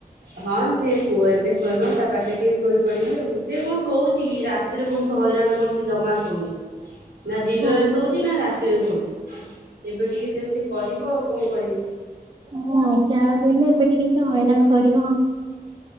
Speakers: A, on the right (about 85°); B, on the right (about 30°).
A: ହଁ ସେ ପୁଅ ଏବେ ଶୋଇବ ତା ପାଖେରେ ଟିକେ ଶୋଇପଡିବି ଆଉ ସେ କଣ ଶୋଉଛି କି ରାତି ରାତିରେ ବହୁତ ହଇରାଣ କରୁଛି ଜମା ସୋଉନି।
B: <inaudible>
A: ନା ଦିନରେ
B: ଓହୋ
A: ଶୋଉଛି ନା ରାତିରେ ଶୋଉଛି ଏବେ ଟିକେ ସେମିତି କରିବ ଆଉ କଣ କରିବି।
B: ମୁଁ ଆଉ ଯାହାବି ହେଲେ ଏବେ ଟିକେ ସେ ହଇରାଣ କରିବ ହଁ।